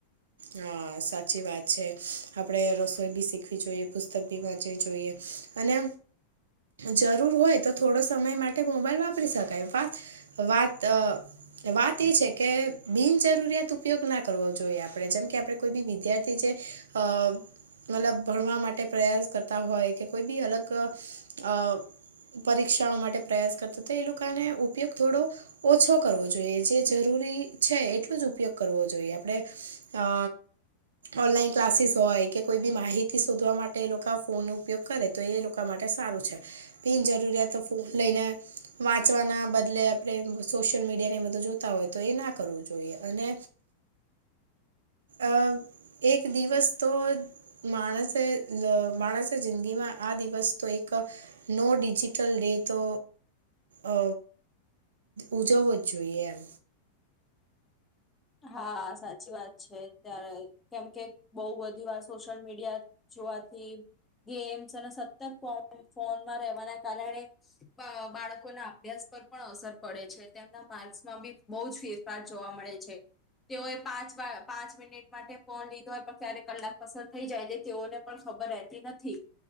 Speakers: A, on the right (about 60°); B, on the left (about 15°).
A: હા, સાચી વાત છે આપણે રસોઈ બી શીખવી જોઈએ, પુસ્તક બી વાંચવી જોઈએ. અને જરૂર હોય થોડો સમય માટે મોબાઈલ વાપરી શકાય વાત વાત અ વાત એ છે કે બિન જરૂરીયાત ઉપયોગ ના કરવો જોઈએ આપણે જેમ કે આપડે કોઈ બી વિદ્યાર્થી જે અ મતલબ ભણવા માટે પ્રયાસ કરતા હોય કે કોઈ બી અલગ અ પરીક્ષાઓ માટે પ્રયાસ કરતા હતા એ લોકોનો ઉપયોગ થોડો ઓછો કરવો જોઈએ જે જરૂરી છે એટલું જ ઉપયોગ કરવો જોઈએ આપણેે અ ઓનલાઈન ક્લાસીસ હોય કે કોઈ બી માહિતી શોધવા માટે એ લોકા ફોન નો ઉપયોગ કરે તો એ લોકો વા માટે સારું છે બિન જરૂરિયાતો ફોન લઈને વાંચવાના બદલે આપણે સોશિયલ મીડિયા ને બધું જો તા હોય તો એ ના કરવું જોઈએ અને અ એક દિવસ તો. માણસે <unintelligible> માણસે જિંદગીમાં આ દિવસ તો એક નો ડિજિટલ ડે તો અ ઉજવો જ જોઈએ એમ.
B: હા સાચી વાત છે, ત્યારે કેમ કે બહુ બધી વાર સોશિયલ મીડિયા જોવાથી ગેમ્સ અને સતત ફો ફોનમાં રહેવાના કારણે બાળકો ના અભ્યાસ પર પણ અસર પડે છે, તેમના માર્ક્સમાં બી બહું જ ફેર આ જોવા મળે છે. તેઓએ પાંચ વાર પાંચ મિનિટ માટે ફોન લીધો હોય પણ ક્યારે કલાક પસાર થઈ જાય છે, તેઓને પણ ખબર રહેતી નથી.